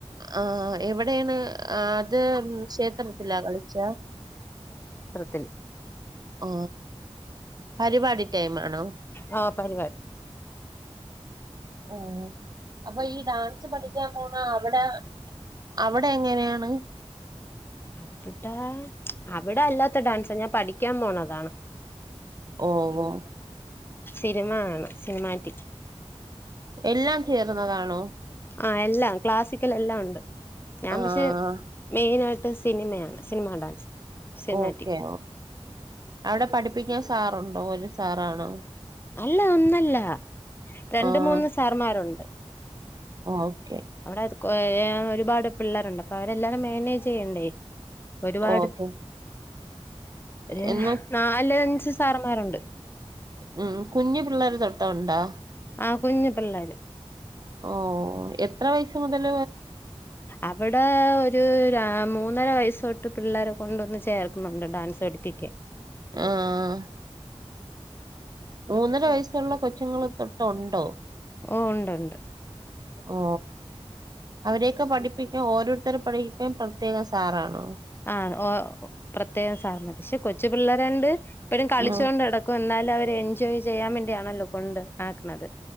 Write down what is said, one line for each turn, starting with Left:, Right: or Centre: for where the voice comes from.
Right: ആ എവിടെയാണ് അത് ക്ഷേത്രത്തിലാ കളിച്ച
Left: ത്തില്
Right: ആ പരിപാടി ടൈം ആണോ
Left: ഓ പരിപാടി
Right: ഉം അപ്പൊ ഈ ഡാൻസ് പഠിക്കാൻ പോണ അവിടെ അവിടെ എങ്ങനെയാണ്
Left: അവിട അവിടെ അല്ലാത്ത ഡാൻസാ ഞാൻ പഠിക്കാൻ പോണതാണ്
Right: ഓഹ് ഓഹ്
Left: സിനിമ ആണ് സിനിമാറ്റിക്
Right: എല്ലാം ചേർന്നതാണോ
Left: ആ എല്ലാം ക്ലാസിക്കൽ എല്ലാം ഉണ്ട് ഞാൻ
Right: ആഹ്
Left: പക്ഷെ മെയിന ആയിട്ട് സിനിമയാണ് സിനിമ ഡാൻസ് സിനിമാറ്റിക്
Right: ഓക്കെ അവിടെ പഠിപ്പിക്കാൻ സാറുണ്ടോ ഒരു സാറാണോ
Left: അല്ല ഒന്നല്ല രണ്ട്
Right: ആഹ്
Left: മൂന്ന് സാർമാരുണ്ട്
Right: ഓക്കെ
Left: അവിടെ അത് ഒരു <inaudible> ഒരുപാട് പിള്ളേരുണ്ട് അപ്പ അവരെല്ലാരും മാനേജ് ചെയ്യണ്ടേ ഒരുപാട്
Right: ഓക്കെ
Left: ഒരു
Right: എന്ന
Left: നാലഞ്ച് സാറമാരുണ്ട്
Right: ഉം കുഞ്ഞു പിള്ളേർ തൊട്ടണ്ടോ
Left: ആ കുഞ്ഞു പിള്ളേര്
Right: ഓ എത്ര വയസ മുതൽ
Left: അവിടെ ഒരു മൂന്നര വയസ്സ് തൊട്ട് പിള്ളേരെ കൊണ്ടൊന്ന് ചേർക്കുന്നുണ്ട് ഡാൻസ് പടുപ്പിക്കാൻ
Right: ആഹ മൂന്നര വയസ്സുള്ള കൊച്ചുങ്ങൾ തൊട്ടുണ്ടോ
Left: ഓ ഉണ്ട് ഉണ്ട്
Right: ഓ അവരെയൊക്കെ പഠിപ്പിക്കാ ഓരോരുത്തരെ പഠി ൻ പ്രത്യേകം സാറാണോ
Left: ആഹ് ഓ പ്രത്യേകം സാറമാര് പക്ഷെ കൊച്ചു പിള്ളേരണ്ട് ഇപ്പോഴും കളിച്ചു
Right: ഉം
Left: കൊണ്ട് ടക്കും എന്നാലും എല്ലാരും എൻജോയ് ചെയ്യാൻ വേണ്ടിയാണല്ലോ കൊണ്ട് ആക്കണത്